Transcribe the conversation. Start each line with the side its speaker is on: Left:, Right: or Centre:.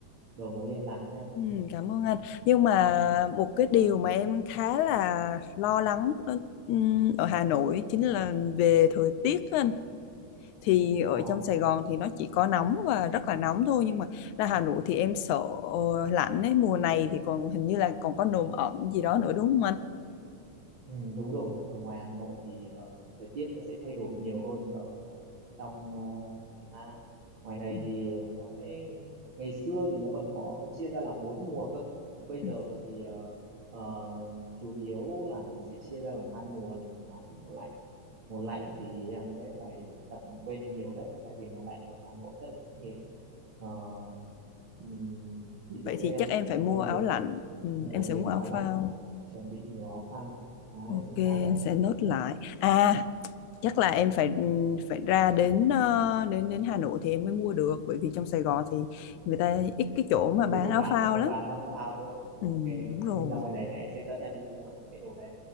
Right: đầu mối liên lạc nha.
Left: Ừ, cảm ơn anh nhưng mà một cái điều mà em khá là lo lắng đó, ừm, ở Hà Nội chính là về thời tiết á anh thì ở
Right: Ồ,
Left: trong Sài Gòn thì nó chỉ có nóng và rất là nóng thôi nhưng mà ra Hà Nội thì em sợ ờ, lạnh ấy mùa này thì còn hình như là còn có nồm ẩm gì đó nữa đúng không anh
Right: Ừ, đúng rồi, ở ngoài Hà Nội thì ờ, thời tiết nó sẽ thay đổi nhiều hơn là ở trong ờ, miền Nam. Ngoài này
Left: ừ.
Right: thì ờ, nó sẽ ngày xưa thì nó còn có chia ra làm bốn mùa cơ, nhưng bây
Left: ừ.
Right: giờ thì ờ, ờ, chủ yếu là nó sẽ chia ra làm hai mùa là mùa nóng và mùa lạnh. Mùa lạnh thì em sẽ phải tập làm quen nhiều đấy, tại vì mùa lạnh ở Hà Nội rất là khắc nghiệt. Ờ, ừm, ví dụ
Left: Vậy
Right: như
Left: thì
Right: em
Left: chắc
Right: sẽ
Left: em
Right: phải
Left: phải
Right: mua
Left: mua
Right: nhiều
Left: áo lạnh ừ,
Right: mua
Left: em
Right: nhiều
Left: sẽ mua áo
Right: áo
Left: phao
Right: lạnh, chuẩn bị nhiều áo phao. Đấy,
Left: ok
Right: chính
Left: em
Right: xác đấy.
Left: sẽ nốt lại à chắc là em phải ừ, phải ra đến ờ, đến đến Hà Nội thì em mới mua được bởi vì trong Sài Gòn thì người ta ít cái chỗ mà bán
Right: chứ không
Left: áo
Right: bán
Left: phao
Right: không
Left: lắm
Right: bán áo phao đúng không
Left: ừ,
Right: ok
Left: đúng rồi
Right: nhưng ra ngoài này thì anh sẽ dẫn em đi mua những cái đồ đấy